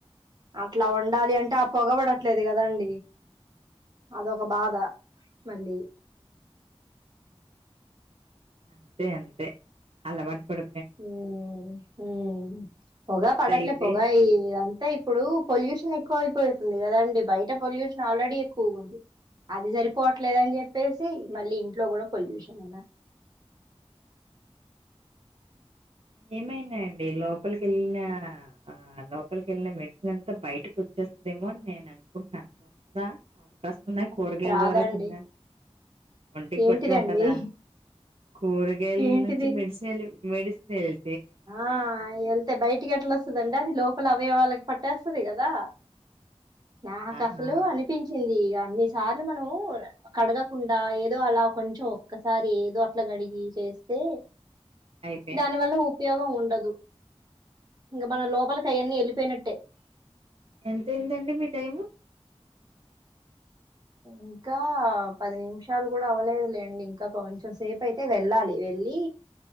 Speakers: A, on the right; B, on the right.
A: అట్లా ఉండాలి అంటే ఆ పొగబడట్లేదు కదండి అదొక బాధ మళ్ళీ
B: అంతే అంతే అలవాటు పడు
A: ఉ ఉ పొగా పడట్లే
B: అదైతే
A: పొగా ఈ అయితే ఇప్పుడు పొల్యూషన్ ఎక్కువ అయిపోతుంది కదండి బయట పొల్యూషన్ ఆల్రెడీ ఎక్కువ ఉంది అది సరిపోవట్లేదని చెప్పేసి మళ్ళీ ఇంట్లో గూడా పొల్యూషనేనా
B: ఏమైందండి లోపలికెళ్ళినా ఆ లోపలికెళ్ళిన మెడిసిన్ అంతా బయటికొచ్చి తెస్తదేమో అని నేను అనుకుంట్నాను వస్తదా, అవకాశం ఉందా కూరగాయల్
A: రాదండి
B: ద్వారా తిండా. ఒంటికి
A: ఏంటిదండి
B: పట్టి ఉంటదా కూర గాయల్
A: ఏంటిది
B: నుంచి మెడిసినే లేదు మెడిసినేల్
A: ఆ ఎల్ తె బయటికి ఎట్లా ఒస్తదండి అది లోపల అవయవాళ్ళకి పట్టేస్తది గదా నాకు
B: ఆహా
A: అసలు అనిపించింది యా అన్ని సార్లు మనం కడగకుండా ఏదో అలా కొంచెం ఒక్కసారి ఏదో అట్ల గడిగి చే ఎస్తే
B: అయిపోయామ
A: దాని వల్ల ఉపయోగం ఉండదు ఇంగ మన లోపలికి అయన్నీ ఎళ్ళిపోయిన
B: ఎంతైందండి మీ టైము
A: ఇంకా పది నిమిషాలు గూడా అవ్వలేదులేండి, ఇంకా కొంచెం సేపైతే వెళ్ళాలి వెళ్ళీ.